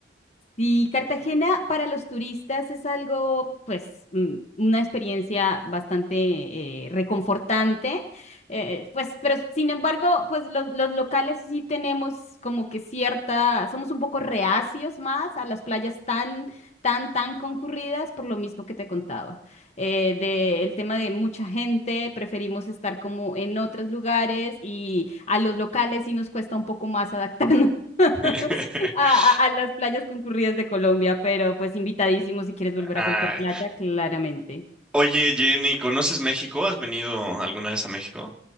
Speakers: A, on the left; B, in the centre.
A: Y Cartagena para los turistas es algo, pues, mm, una experiencia bastante eh, reconfortante, eh, pues, pero sin embargo, pues los, los locales sí tenemos como que cierta, somos un poco reacios más a las playas tan, tan, tan concurridas por lo mismo que te contaba, eh, de el tema de mucha gente, preferimos estar como en otros lugares y a los locales sí nos cuesta un poco más adaptarnos <laughs>
B: <laughs>
A: a, a- a las playas concurridas de Colombia, pero pues invitadísimo si quieres volver
B: Ah,
A: a cualquier playa, claramente.
B: oye, Jenny, ¿conoces México? ¿Has venido alguna vez a México?